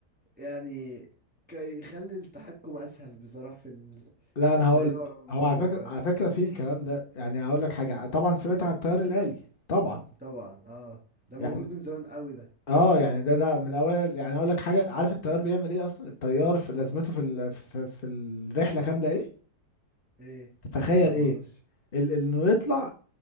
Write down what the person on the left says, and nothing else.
لا
انا
هقول لك
هو
على فكره
على فكره في الكلام ده يعني هقول لك حاجه طبعا سمعت عن التيار الآلي طبعا
يعني
اه يعني ده ده من اول يعني اقول لك حاجه عارف التيار بيعمل ايه اصلا التيار في لازمته في ال- في, في الرحله كامله ايه
تتخيل
ايه
ال- انه يطلع